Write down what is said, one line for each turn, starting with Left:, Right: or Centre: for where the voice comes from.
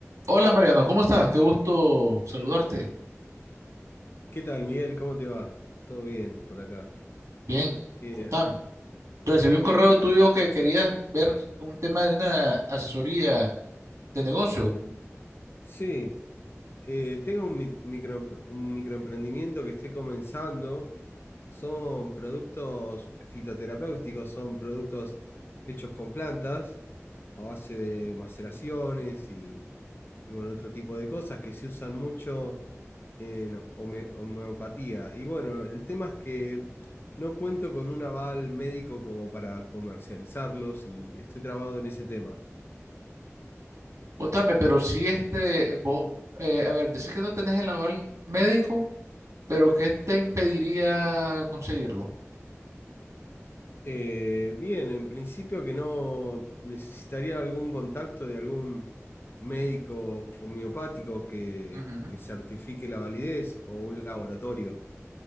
Right: Hola Mariano, ¿cómo estás? Qué gusto saludarte.
Left: ¿Qué tal, Miguel? ¿Cómo te va? ¿Todo bien por acá?
Right: Bien,
Left: Eh,
Right: contame. Recibí un correo
Left: quería,
Right: tuyo que querías ver un tema de una asesoría de negocio.
Left: sí, eh, tengo un, mi- microempre- un microemprendimiento que estoy comenzando Son productos fitoterapéuticos, son productos hechos con plantas a base de maceraciones y, y, bueno, otro tipo de cosas que se usan mucho en home- homeopatía. Y bueno, el tema es que no cuento con un aval médico como para comercializarlos y estoy trabado en ese tema.
Right: Contame, pero si este, vos, eh, a ver, decís que no tenés el aval médico, pero ¿qué te impediría conseguirlo?
Left: Eh, bien, en principio que no necesitaría algún contacto de algún médico homeopático que,
Right: Ujú,
Left: que certifique la validez o un laboratorio.